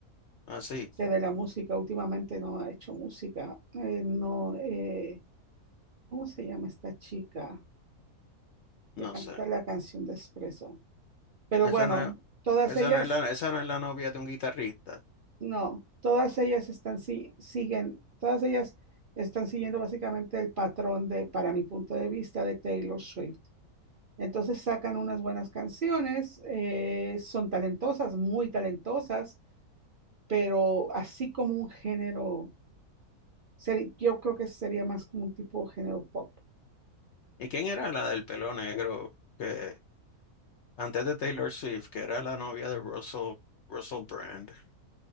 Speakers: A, on the left; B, on the right.
A: Así,
B: que de la música, últimamente no ha hecho música. Eh, no, eh, ¿cómo se llama esta chica que
A: no
B: canta
A: sé.
B: la canción de Espresso? Pero
A: Esa
B: bueno,
A: no es,
B: todas
A: esa
B: ellas,
A: no es la, esa no es la novia de un guitarrista.
B: no, todas ellas están, si- siguen, todas ellas están siguiendo básicamente el patrón de, para mi punto de vista, de Taylor Swift. Entonces sacan unas buenas canciones, eh, son talentosas, muy talentosas, pero así como un género, seri- yo creo que sería más como un tipo de género pop.
A: ¿Y quién era la del pelo negro? que antes de Taylor Swift, que era la novia de Russell, Russell Brand.